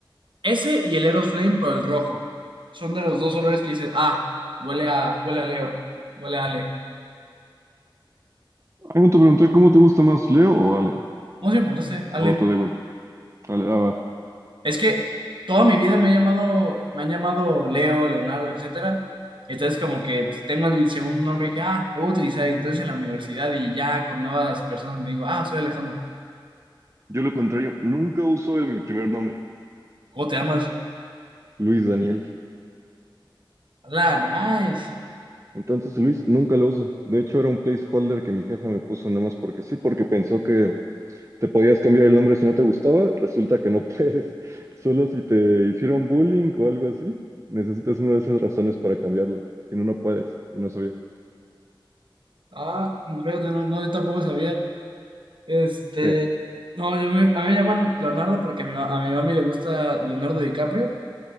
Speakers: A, on the right; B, on the right.
A: Ese y el Eros Flame, pero el rojo. Son de los dos olores que dices, ah, huele a, huele a Leo, huele a Ale.
B: Algo te pregunté, ¿cómo te gusta más, Leo o Ale?
A: ¿Cómo se me preguntaste, Ale?
B: O te da igual. Ale, ah, va.
A: Es que toda mi vida me he llamado, me han llamado Leo, Leonardo, etcétera. Entonces como que pues, tengo el segundo nombre y dije, ah, lo voy a utilizar. Y entonces en la universidad y ya con nuevas personas me digo, ah, soy Alejandro.
B: Yo lo contrario, nunca uso el- mi primer nombre,
A: ¿Cómo te llamas?
B: Luis Daniel.
A: Hola, nice.
B: Entonces, Luis, nunca lo uso. De hecho, era un placeholder que mi jefa me puso nada más porque sí, porque pensó que te podías cambiar el nombre si no te gustaba. Resulta que no puedes. <laughs> Solo si te hicieron bullying o algo así, necesitas una de esas razones para cambiarlo. Si no, no puedes. Y no sabía.
A: Ah, fíjate, no, no, yo tampoco sabía. Este,
B: Sí.
A: no, yo me- a mí me llaman Leonardo porque a mi, ma- a mi mami le gusta Leonardo DiCaprio